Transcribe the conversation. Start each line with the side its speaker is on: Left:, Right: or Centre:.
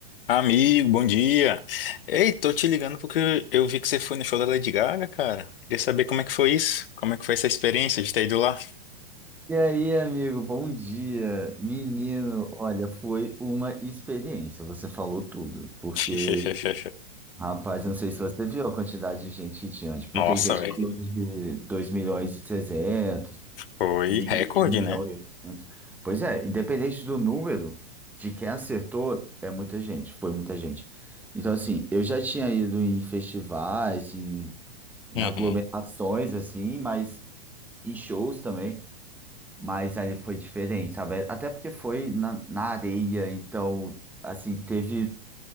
Left: Amigo, bom dia. Ei, tô te ligando porque eu vi que você foi no show da Lady Gaga, cara. Queria saber como é que foi isso? Como é que foi essa experiência de ter ido lá?
Centre: E aí, amigo, bom dia. Menino, olha, foi uma experiência. Você falou tudo, porque,
Left: <laughs>
Centre: rapaz, eu não sei se você viu a quantidade de gente que tinha. Tipo,
Left: Nossa,
Centre: tem gente
Left: velho.
Centre: falando de dois milhões e trezentos
Left: Foi
Centre: mil,
Left: recorde,
Centre: um milhão
Left: né?
Centre: e 800. Pois é, independente do número de quem acertou, é muita gente, foi muita gente. Então, assim, eu já tinha ido em festivais, em, em
Left: Uhum.
Centre: aglomerações, assim, mas em shows também. Mas ali foi diferente, sabe? Até porque foi na, na areia, então, assim, teve,